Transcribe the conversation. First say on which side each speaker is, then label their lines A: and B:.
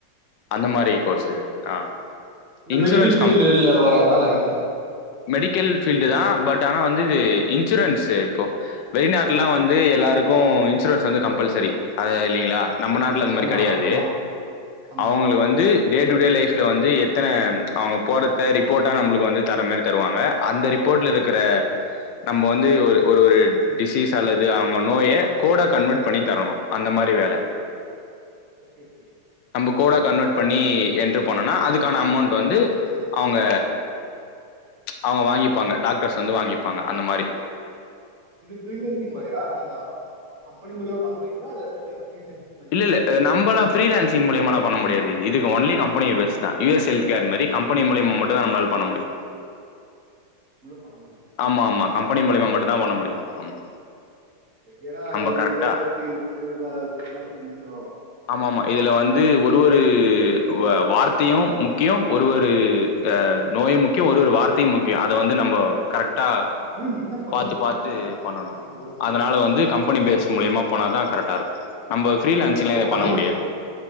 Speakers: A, on the left; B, on the right.
A: அந்த
B: ஓகே
A: மாரி கோர்ஸ் இது ஆ
B: இந்த
A: இன்சூரன்ஸ்
B: மெடிக்கல் ஃபீல்டுல
A: கம்
B: வராதா லைனு
A: மெடிக்கல் ஃபீல்டு தா பட் ஆனா வந்து இது இன்சூரன்ஸ் இப்போ வெளிநாட்டுலலா வந்து எல்லாருக்கு இன்சூரன்ஸ் வந்து கம்பல்சரி அத இல்ங்களா நம்ம
B: ஓகே
A: நாட்டில அந்த மாரி
B: ஆமா
A: கடையாது
B: ஆமா ஆமா
A: அவங்களுக்கு வந்து டேட் டு டே லைஃப்ல வந்து எத்தன அவங்க போறத்த ரிப்போர்ட்டா நம்ளுக்கு வந்து தர மாரி தருவாங்க அந்த ரிப்போர்ட்ல இருக்கிற நம்ம வந்து ஒரு ஒரு ஒரு டிசீஸ் அல்லது அவங்க நோய கோடா கன்வெர்ட் பண்ணி தரணு அந்த மாரி வேல
B: ஓகே ஓகே
A: நம்ப கோடா கன்வெர்ட் பண்ணி என்ட்ர் பண்ணோனா அதுக்கான அமௌண்ட் வந்து அவங்க அவங்க வாங்கிப்பாங்க டாக்டர்ஸ் வந்து வாங்கிப்பாங்க அந்த மாரி
B: ஃப்ரீலான்சி்ங் மாரியா நீங்க கம்பெனி மூல்யமா பண்ண போறீங்களா இல்ல ஃப்ரீலான்சிங் மாரி
A: இல்ல
B: பண்ணுவீங்களா
A: இல்ல நம்மளா ஃப்ரீலான்சிங் மூலியமாலா பண்ண முடியாது இதுக்கு ஒன்லி கம்பெனி பேஸ் தா
B: <inaudible>
A: யூ எஸ் ஹெல்த் கேர் மாரி கம்பெனி மூலியமா மட்டுந்தா நம்மளால பண்ண முடியு
B: பண்ண முடியு
A: ஆமா ஆமா
B: தனியா
A: கம்பெனி
B: பண்ண முடியாது
A: மூலியமா மட்டுந்தா பண்ண முடியு ஆமா
B: ஏனா
A: நம்ம
B: இதுலவந்து
A: கரெக்டா
B: சேஃப்டி ரிஸ்க்யெல்லா இருக்கனால கொஞ்சோ
A: ஆமாமா இதுல வந்து ஒரு ஒரு ஒரு வா வார்த்தையு முக்கியோ ஒரு ஒரு அ நோயு முக்கியோ ஒரு ஒரு வார்த்தையு முக்கியோ அத வந்து நம்ம கரெக்ட் டா
B: ஐ மீன் என்ன பண்ணு
A: பாத்து பாத்து
B: என்ன
A: பண்ணனு
B: ஐ மீன் ஒர்க்
A: அதனால
B: இருக்குல்ல
A: வந்து கம்பெனி
B: ஐ மீன்
A: பேஸ் மூலயமா போனா தா கரெட் டா இருக்கு நம்ம ஃப்ரீலான்ஸிங்லா பண்ண
B: ஐ மீன்
A: முடியாது